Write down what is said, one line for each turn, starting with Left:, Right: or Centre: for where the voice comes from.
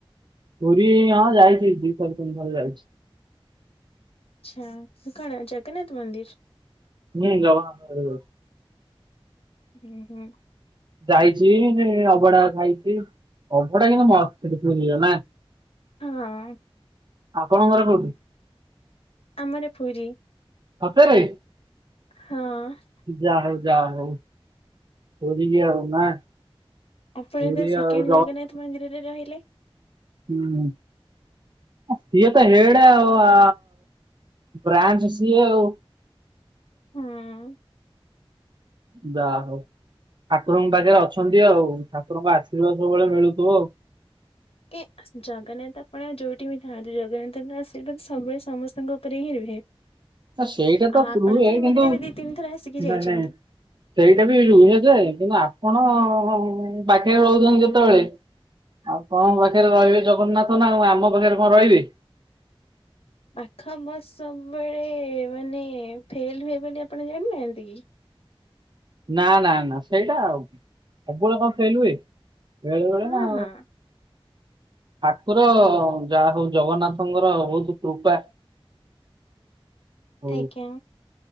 Right: ପୁରୀ ହଁ ଯାଇଚି ଦିଥର ତିନିଥର ଯାଇଛି।
Left: ଆଚ୍ଛା କଣ ଜଗନ୍ନାଥ ମନ୍ଦିର?
Right: ନାଇ ଜଗନ୍ନାଥ ମନ୍ଦିର।
Left: ହୁଁ ହୁଁ।
Right: ଯାଇଚି ଅବଢା ଖାଇଚି ଅଭଡା କିନ୍ତୁ ମସ୍ତ୍ ସେଠି ମିଳିବ ନା?
Left: ହଁ।
Right: ଆପଣଙ୍କ ଘର କୋଉଠି?
Left: ଆମର ପୁରୀ।
Right: ସତରେ?
Left: ହଁ।
Right: ଯା ହଉ ଯା ହଉ ପୁରୀ କି ନା?
Left: ଆପଣ
Right: ପୁରୀ
Left: ଏଟା ସେକେଣ୍ଡ
Right: ଆଉ
Left: ଜଗନ୍ନାଥ ମନ୍ଦିରରେ ରହିଲେ।
Right: ହୁଁ। ସିଏ ତ ହେଡେ ଆଉ ଆ ବ୍ରାଞ୍ଚ ସିଏ ଆଉ।
Left: ହଁ।
Right: ଯା ହଉ ଠାକୁରଙ୍କ ପାଖରେ ଅଛନ୍ତି ଆଉ। ଠାକୁରଙ୍କ ଆଶୀର୍ବାଦ ସବୁବେଳେ ମିଳୁଥିବ ଆଉ।
Left: କି ଜଗନ୍ନାଥ ଆପଣ ଯଉଁଠି ବି ଥାଆନ୍ତୁ ଜଗନ୍ନାଥଙ୍କ ଆଶୀର୍ବାଦ ସବୁବେଳେ ସମସ୍ତଙ୍କ ଉପରେ ହିଁ ରୁହେ।
Right: ନା ସେଇଟା ତ
Left: ଆଉ ଆପଣ
Right: ରୁହେ
Left: ଏମିତିରେ
Right: କିନ୍ତୁ
Left: ବି ଦି ତିନି ଥର ଆସିକି ଯାଇଛନ୍ତି।
Right: ନାଇଁ ନାଇଁ। ସେଇଟା ବି ରୁହେ ଯେ କିନ୍ତୁ ଆପଣ ପାଖରେ ରହୁଚନ୍ତି ଯେତେବେଳେ। ଆଉ କଣ ପାଖରେ ରହିବେ ଜଗନ୍ନାଥ ନା। ଆଉ ଆମ ପାଖରେ କଣ ରହିବେ?
Left: ପାଖ ବସ ସବୁବେଳେ ମାନେ ଫେଲ ହୁଏ ବୋଲି ଆପଣ ଜାଣିନାହାନ୍ତି କି?
Right: ନା ନା ନା ସେଇଟା ସବୁବେଳେ କଣ ଫେଲ ହଏ? ବେଳେବେଳେ
Left: ହଁ
Right: ନା।
Left: ହଁ
Right: ଠାକୁର ଯାହା ହଉ ଜଗନ୍ନାଥଙ୍କର ବହୁତ କୃପା। ହ
Left: ଆଜ୍ଞା